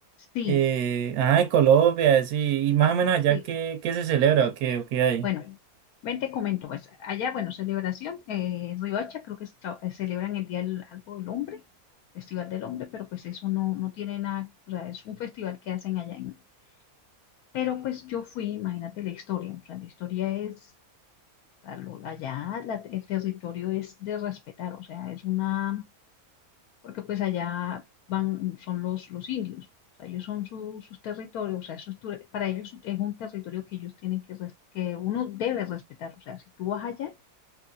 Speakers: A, on the left; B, on the right.
A: Sí,
B: eh, ajá, de Colombia, sí, y más o menos allá
A: sí.
B: qué qué se celebra o qué, o qué hay.
A: Bueno, ven te comento, pues allá, bueno, celebración, eh, Riohacha creo que es tra- eh, celebran el Día del, algo del Hombre, Festival del Hombre, pero pues eso no, no tiene nada, o sea, es un festival que hacen allá en... Pero pues yo fui, imagínate la historia, o sea, la historia es, a lo- allá la- el territorio es de respetar, o sea, es una porque pues allá van, son los, los indios, o sea, ellos son su- sus territorios, o sea, eso es tu- para ellos es un territorio que ellos tienen que, res- que uno debe respetar, o sea, si tú vas allá,